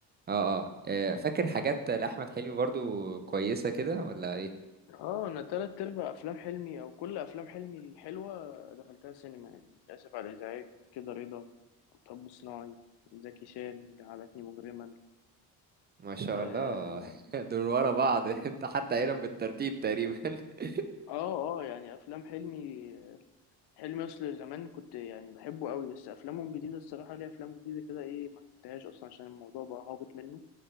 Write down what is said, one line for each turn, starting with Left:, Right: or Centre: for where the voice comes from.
Right: آه آه، فاكر حاجات لأحمد حلمي برضو كويسة كده ولا إيه؟
Left: اه انا تلات ارباع افلام حلمي او كل افلام حلمي الحلوه دخلتها سينما يعني اسف على الازعاج كده رضا مطب صناعي زكي شان جعلتني مجرما
Right: ما شاء
Left: اه
Right: الله <laughs> دول ورا بعض <laughs> انت حتى قايلهم بالترتيب تقريبا <laughs>
Left: اه آه، يعني افلام حلمي حلمي اصل زمان كنت يعني بحبه قوي بس افلامه الجديده الصراحه ليه افلام جديده كده ايه ما شفتهاش اصلا عشان الموضوع بقى هابط منه